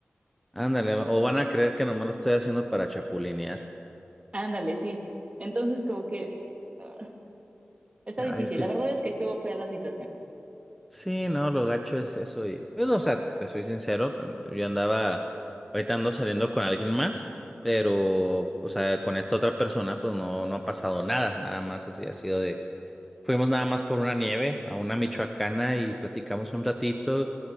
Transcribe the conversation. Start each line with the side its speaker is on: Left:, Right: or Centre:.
Centre: Ándale, o van a creer que nomás lo estoy haciendo para chapulinear.
Right: Ándale, sí. Entonces como que ah, está
Centre: ah
Right: difícil.
Centre: es que
Right: La
Centre: es-
Right: verdad es que estuvo fea la situación.
Centre: sí, no, lo gacho es eso y... Bueno, o sea, te soy sincero, tam- yo andaba, ahorita ando saliendo con alguien más, pero, o sea, con esta otra persona pues no, no ha pasado nada, nada más así ha sido de... Fuimos nada más por una nieve, a una michoacana y platicamos un ratito